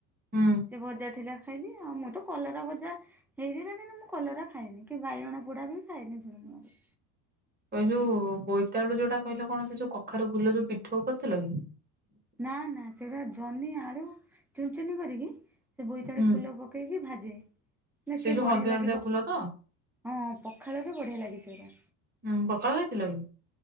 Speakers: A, on the right; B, in the centre.
A: ହୁଁ।
B: ସେ ଭଜା ଥିଲା ଖାଇଲି ଆଉ ମୁଁ ତ କଲରା ଭଜା ହେଇଥିଥଲା କିନ୍ତୁ ମୁଁ କଲରା ଖାଇନି କି ବାଇଗଣ ପୋଡା ବି ଖାଇନି <unintelligible>
A: ଏ ଯୋଉ ବୋଇତାଳୁ ଯୋଉଟା କହିଲ କଣ ସେ ଯୋଉ କଖାରୁ ଫୁଲ ଯୋଉ ପିଠଉ କରିଥିଲ କି?
B: ନା ନା ସେରା ଜହ୍ନୀ ଆଳୁ ଚୁନଚୁନ କରିକି ସେ ବୋଇତାଳୁ
A: ହୁଁ।
B: ଫୁଲ ପ ପକେଇକି ଭାଜେ ନା
A: ସେ
B: ସିଏ
A: ଯୋଉ
B: ବଢ଼ିଆ
A: ହଳଦିଆ ହଳଦିଆ
B: ଲାଗିବ
A: ଫୁଲ ତ?
B: ହଁ ପଖାଳରେ ବଢିଆ ଲାଗେ ସେଇଟା।
A: ହୁଁ ପଖାଳ ହେଇଥିଲା କି?